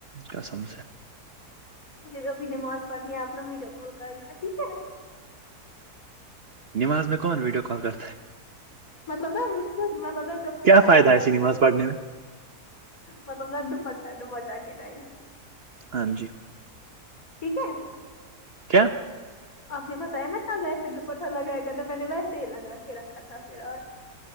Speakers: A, on the right; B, on the left.
A: قسم سے
B: مجھے ابھی نماز پڑنی ہے اپنا ویڈیو کال کرنا ٹھیک ہے
A: نماز میں کون ویڈو کال کرت
B: مطلب نا مطلب ڈٹ پچا
A: کیا فائدہ
B: لگا
A: ہے ایسی
B: نا
A: نماز پڑھنے میں
B: مطلب نہا دپٹہ دپٹا کے ٹائم
A: ہاں جی
B: ٹھیک ہے
A: کیا
B: آپ نے بتایا نا کل ویسے دوپٹہ لگایا گ تھا میں نے ویسے ہی لگا کے رکھا تھا پھر آج